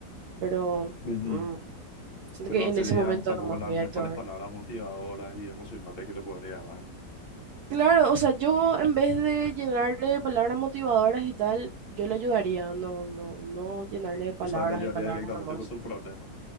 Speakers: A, on the right; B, on the left.
A: pero
B: Y
A: mm, siento
B: fue
A: que
B: consideran
A: en ese momento
B: tampoco
A: nomás
B: las
A: voy a
B: mejores
A: actuar.
B: palabras motivadoras y emocionantes que le podría dar.
A: Claro, o sea, yo en vez de llenarle de palabras motivadoras y tal, yo le ayudaría, no, no, no llenarle de palabras
B: Tú sabes, la llevaría
A: y palabras
B: directamente
A: nomás.
B: con su problema.